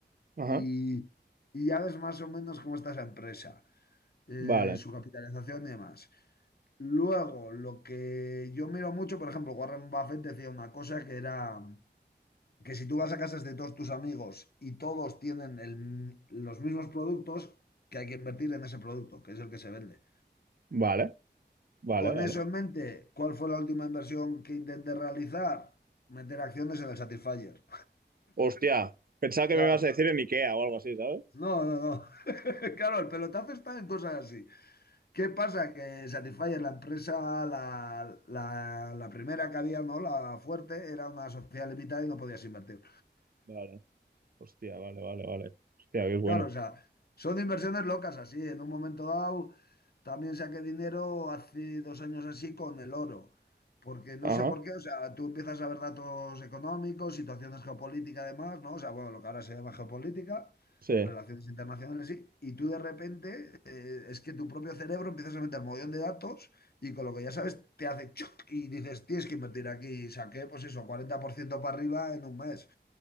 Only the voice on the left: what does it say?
y, y ya ves más o menos cómo está esa empresa, eh,
su capitalización y demás. Luego, lo que yo miro mucho, por ejemplo, Warren Buffett decía una cosa que era que si tú vas a casas de todos tus amigos y todos tienen el los mismos productos, que hay que invertir en ese producto, que es el que se vende.
Con
eso en mente, ¿cuál fue la última inversión que intenté realizar? Meter acciones en el Satisfyer.
Claro.
No, no, no. <laughs> Claro, el pelotazo está en cosas así. ¿Qué pasa? Que Satisfyer, la empresa, la, la, la primera que había, ¿no? La fuerte, era una sociedad limitada y no podías invertir.
Claro, o sea, son inversiones locas así. En un momento dado también saqué dinero hace dos años así con el oro, porque no
sé por qué, o sea, tú empiezas a ver datos económicos, situaciones geopolíticas además, ¿no? O sea, bueno, lo que ahora se llama geopolítica,
relaciones internacionales, sí, y tú de repente eh, es que tu propio cerebro empiezas a meter un montón de datos y con lo que ya sabes te hace choc y dices, tienes que invertir aquí y saqué pues eso, 40% para arriba en un mes.